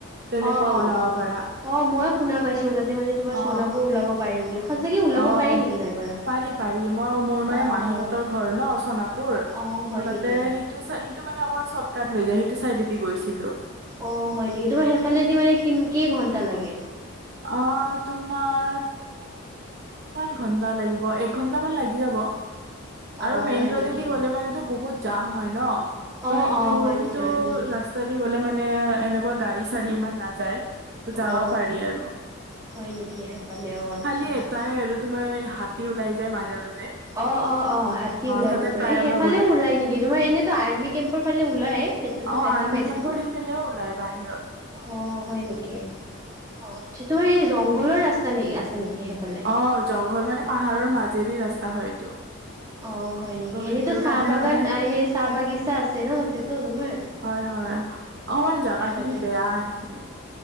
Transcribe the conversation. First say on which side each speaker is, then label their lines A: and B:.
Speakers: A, on the right; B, on the right.
A: তেনেকুৱা
B: অ
A: ওলাব
B: অ
A: পাৰা
B: অ মই শুনা পাইছো তাতে মানে তোমাৰ
A: অ
B: চনাপোৰ ওলাব পাৰি বুলি সচাকে ওলাব
A: অ
B: পাৰি নেকি তাই পৰা?
A: পাৰি পাৰি মই মোৰ মানে
B: অ
A: মাহীহঁতৰ
B: অ
A: ঘৰ ন চনাপুৰ ত'
B: অ', হয়
A: তাতে
B: নেকি?
A: সেট টো চা সেইটো মানে অকণমান চৰ্টকাট হৈ যায় সেইটো চাইডেদি গৈছিলোঁ।
B: অ হয় নেকি তোমাৰ সেইফালেদি মানে কি কেই ঘণ্টা লাগে?
A: অ তোমাৰ কিমান ঘন্টা লাগিব, এক ঘন্টামান লাগি যাব। আৰু
B: অ',
A: মেইন
B: হয়
A: ৰোডেদি
B: নেকি?
A: গ'লে মানেটো বহুত জাম হয় ন ত
B: অ',
A: সেইটো
B: অ', হয়
A: সেইটো
B: তোমাৰ উম,
A: ৰাস্ত- তেদি গ'লে মানে এনেকুৱা গাড়ী চাড়ী ইমান নাযায়। যাব
B: অ
A: পাৰি আৰু
B: হয় নেকি সেইফালে অ আচ্ছা।
A: খালি এটাই আৰু তোমাৰ হাতী ওলাই যায় মাজে মাজে।
B: অ অ অ হাতী ওলাই
A: তাতে
B: তোমাৰ
A: প্ৰায়
B: এ সেইফালেও
A: ভাগ
B: ওলাই নেকি তোমাৰ এনেতো আৰ্মি কেম্পৰ ফালে ওলাই। সেইটোতো
A: অ
B: দেখা
A: আৰ্মি
B: পাইছিলোঁ।
A: কেম্পৰ সিফালেও ওলাই বাহিৰৰ।
B: অ হয় নেকি, অ আচ্ছা তোমাৰ এই জংঘলৰ ৰাস্তা নে আছে নেকি সেইফালে?
A: অ জংঘল মানে পাহাৰৰ মাজেৰে ৰাস্তা হয় এইটো।
B: অ হয় নেকি,
A: ত'
B: এনেইটো
A: সেইটোৰ
B: চাহ
A: কাৰণে
B: বাগান
A: মানে
B: সেই চাহ বাগিচা আছে ন তাতেতো তোমাৰ।
A: হয় হয় অকমান জাগা
B: সেইফালে
A: খিনি বেয়া সেইখিনি।